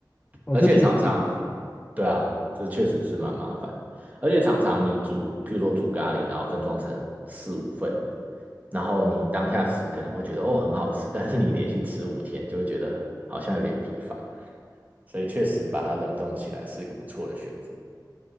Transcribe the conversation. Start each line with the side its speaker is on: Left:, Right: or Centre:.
Left: 哦，
Right: 而且常常，
Left: 这确实是个
Right: 对啊，这确实是蛮麻烦。而且常常你煮，譬如说煮咖喱，然后分装成四五份，然后你当下吃可能会觉得哦很好吃，但是你连续吃五天就会觉得好像有点疲乏，所以确实把它冷冻起来是一个不错的选择。